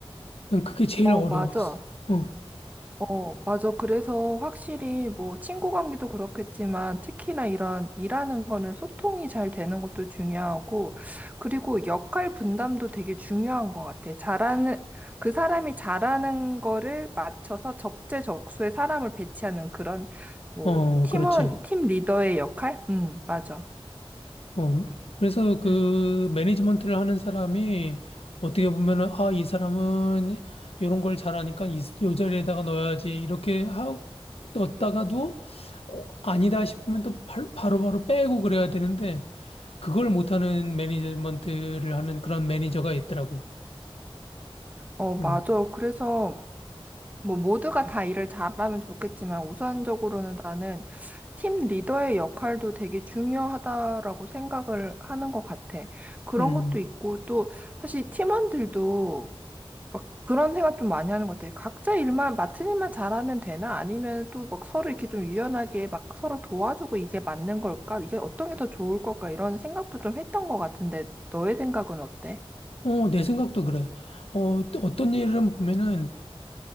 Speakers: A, on the left; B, on the right.
A: 난 그게 제일
B: 어,
A: 어려웠어.
B: 맞아.
A: 응.
B: 어, 맞아. 그래서 확실히 뭐 친구 관계도 그렇겠지만 특히나 이런 일하는 거는 소통이 잘 되는 것도 중요하고 그리고 역할 분담도 되게 중요한 것 같아. 잘하는, 그 사람이 잘하는 거를 맞춰서 적재적소에 사람을 배치하는 그런 뭐
A: 어,
B: 팀원,
A: 그렇지.
B: 팀 리더의 역할? 음, 맞아.
A: 어, 그래서 그
B: 그래서
A: 매니지먼트를 하는 사람이 어떻게 보면은, 아, 이 사람은 이런 걸 잘하니까 이, 이 자리에다가 넣어야지. 이렇게 하, 넣었다가도, 어, 아니다 싶으면 또 발- 바로바로 빼고 그래야 되는데, 그걸 못하는 매니지먼트를 하는 그런 매니저가 있더라고.
B: 어, 맞아.
A: 음,
B: 그래서 뭐 모두가 다 일을 잘하면 좋겠지만 우선적으로는 나는 팀 리더의 역할도 되게 중요하다라고 생각을 하는 것 같아. 그런
A: 음.
B: 것도 있고 또 사실 팀원들도 막 그런 생각 좀 많이 하는 것 같아. 각자 일만 맡은 일만 잘하면 되나? 아니면 또 막 서로 이렇게 좀 유연하게 막 서로 도와주고 이게 맞는 걸까? 이게 어떤 게 더 좋을 걸까? 이런 생각도 좀 했던 것 같은데 너의 생각은 어때?
A: 어, 내 생각도 그래. 어, 또 어떤 일은 보면은,